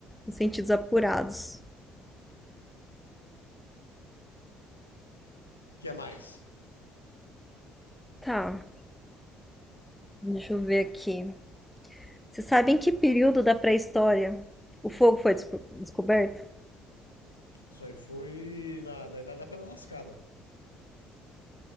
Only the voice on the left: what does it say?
que é mais?
Isso aí foi na, na Idade da Pedra Lascada.